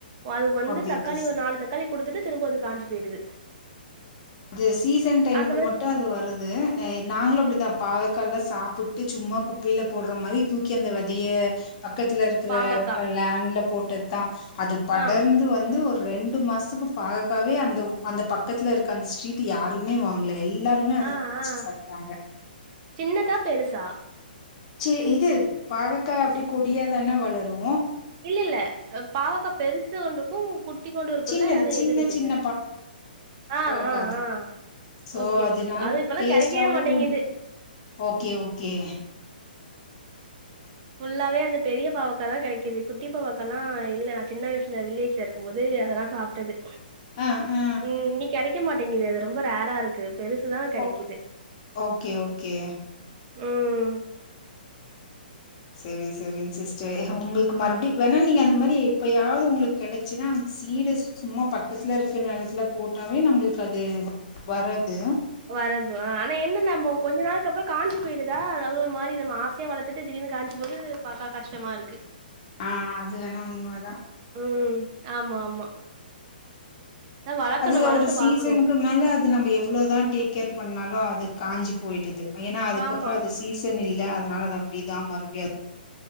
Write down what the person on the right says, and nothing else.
அது வந்து
தக்
நாலு தக்காளி குடுத்துட்டு திரும்போ அது காஞ்சு போயிடுது
அந்த மாரி
பாவக்கா
ஆ
ஆ
ஆ
சின்னதா பெருசா
இல்ல இல்ல அ பாவக்கா பெருசு ஒன்னுருக்கு குட்டியோண்டு இருக்குல
அதா
எதுனு கேக்குறே
ஆ
ஆ ஆ
ஓகே
ஓகே அது இப்பலா
கெடைக்கவே மாட்டிங்குது
ஃபுல்லாவே அந்த பெரிய பாவக் காதா கெடைக்குது குட்டி பாவாக்கலா இல்ல நா சின்ன வயசுல வில்லேஜ்ல இருக்கும்போது அதெல்லா சாப்ட்டது
ம் இங்கே கெடைக்க மாட்டிங்குது அது ரொம்ப ரேரா இருக்கு பெருசுதா கெடைக்குது
ம்
வரது ஆ ஆனா என்ன நம்மோ கொஞ்ச நாளுக்கப்றோ காஞ்சு போயிருதா அது ஒரு மாரி நம்ம ஆசையா வளத்துட்டு திடீர்னு காஞ்சு போது பாக்கா கஷ்டமாருக்கு
ம் ஆமா ஆமா அதா வளக்கணு
வளத்து
பாக்கணு
ஆமா